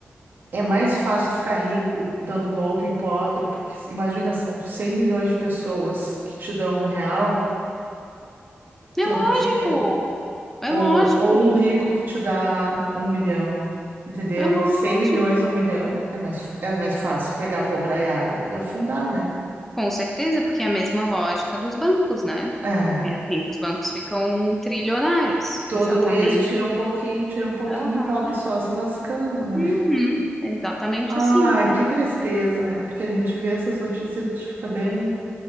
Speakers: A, on the right; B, in the centre.
A: é mais fácil tu ficar rico dando golpe em pobre, porque se- imagina, são 100 milhões de pessoas que te dão um real todo
B: É lógico,
A: dia,
B: é
A: ou,
B: lógico,
A: ou um rico que te dá um milhão, entendeu?
B: é lógico.
A: cem milhões, um milhão, é mais, é mais fácil pegar a pobraiada e afundar, né?
B: Com certeza, porque é a mesma lógica dos bancos, né?
A: É.
B: É assim que os bancos ficam trilionários,
A: Todo
B: exatamente.
A: mês tira um pouquinho, tira um pouquinho,
B: Aham.
A: e o pobre só se lascando, né?
B: Uhum, exatamente
A: Ai,
B: assim.
A: que tristeza, né? Porque a gente vê essas notícias, a gente fica bem.